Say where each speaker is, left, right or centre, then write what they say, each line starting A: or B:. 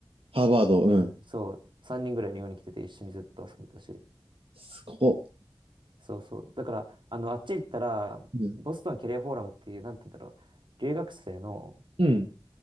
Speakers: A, on the right; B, on the right.
A: ハーバード、うん。
B: そう、3人ぐらい日本に来てて一緒にずっと遊んでたし、
A: すここ。
B: そうそう。だから、あの、あっち行ったら、
A: うん。
B: ボストンキャリアフォーラムっていう、なんて言うんだろう、留学生の、
A: うん。